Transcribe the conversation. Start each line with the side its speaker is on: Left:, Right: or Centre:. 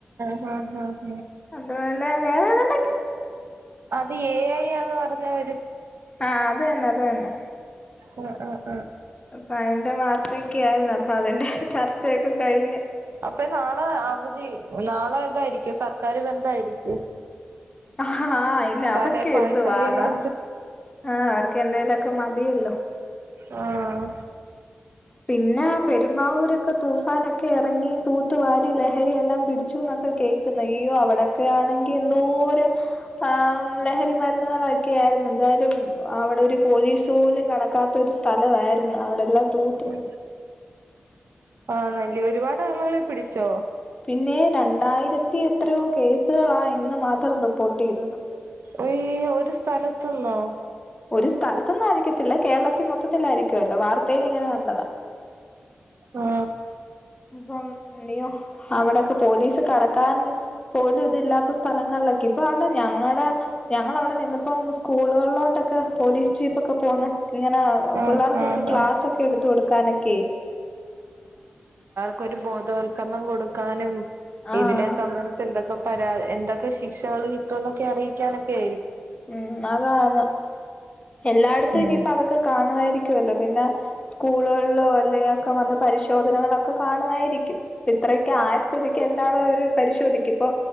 Right: ആഹ ആഹ
Left: അതുപലെ വേറേ <unintelligible>
Right: അത് ഐ പറഞ്ഞവര്
Left: ആഹ അത് തന്നെ അ അത് തന്നെ
Right: ഉം ഉം
Left: അപ്പൊ അതിന്റെ വാർത്തയൊക്കെ ആായിരുന്നു അപ്പൊ അതിന്റെ ചർച്ചയൊക്കെ കഴിഞ്ഞ
Right: അപ്പൊ നാളെ അവധി നാളെ തായിരിക്കും സർക്കാാര് ബന്ധായിരിക്കും
Left: ആ ആഹ് ഇന്നെ
Right: തലേ
Left: അതക്കെ
Right: പായസം
Left: എതു വാന്ന
Right: വീണോണ്ട്
Left: ആ അവർക്കന്തേലുമൊക്കെ മതിയല്ലോ
Right: ആഹ
Left: പിന്നെ പെരുമ്പാവൂരൊക്കെ തൂഫാനൊക്കെ ഇറങ്ങി തൂ തൂത്തുവാരി ലഹരി എല്ലാം പിടിച്ചുനോക്കെ ക്കെ കേക്കുന്നു യ്യോ അവ ടോക്കെ ആണെങ്കിൽ എന്തോരം ആ ലഹരി മരുന്ന് രുന്നുകളൊക്കെ ആയിരുന്നു ന്തായാലും അവിടെ ഒരു പോലീസ് പോലും കടക്കാത്ത ഒരു സ്ഥലായിരുന്നു അവിടെല്ലാം തൂ
Right: ഉ ആ നല്ല ഒരുപാട് <inaudible> ആളുകളെ പിടിച്ചോ
Left: പിന്നെ രണ്ടായിരത്തി എത്രയോ കേസുകളാ ഇന്ന് മാത്രം റിപ്പോർട്ട് ചെയ്തത്
Right: ഒയ്യോ ഒരു സ്ഥലത്ത് ന്നോ
Left: ഒരു സ്ഥലത്ത് ന്നായിരിക്കത്തില്ല കേരളത്തി മൊത്തത്തിലായിരിക്കും ല്ലോ വാർത്തയിൽ ഇങ്ങനെ കണ്ടതാ
Right: ആ
Left: ഉം <unintelligible> അവിടൊക്കെ പോലീസ് കടക്കാൻ പോലും ഇതില്ലാത്ത സ്ഥലങ്ങളിലൊക്കെ ഇപ്പാന്ന് ഞങ്ങടെ ഞങ്ങളവിടെ നിന്നപ്പം സ്കൂളുകളിലോട്ടൊക്കെ പോലീസ് ജീപ്പ് ഒക്കെ പോന്ന ഇങ്ങനെ
Right: ആഹ്
Left: പിള്ളേർക്കൊക്കെ
Right: ആഹ്
Left: ക്ലാസ്സൊക്കെ
Right: ആഹ്
Left: എടുത്ത് കൊടുക്കാനൊക്കെ
Right: ക്കൊരു ബോധവൽക്കരണം കൊടുക്കാനും
Left: ആഹ്
Right: ഇതിനെ സംബന്ധിച്ച് എന്തൊക്കെ പരാ എന്തൊ പ്പൊ ശിക്ഷകൾ കിട്ടോന്നൊക്കറിയിക്കാനൊക്കെ
Left: ഉം അതാന്ന് എല്ലായിടത്തും
Right: ഉം
Left: ഇനിയിപ്പോ അതൊക്കെ കാണുവായിരിക്കുമല്ലോ പിന്നെ സ്കൂളുകളിലോ അല്ലെക്കെ വന്ന് പരിശോധനകളൊക്കെ കാണുവായിരിക്കും ഇത്രക്കെ ആയ സ്ഥിതിക്ക് എല്ലാവടും അവര് പരിശോധിക്കും ഇപ്പൊ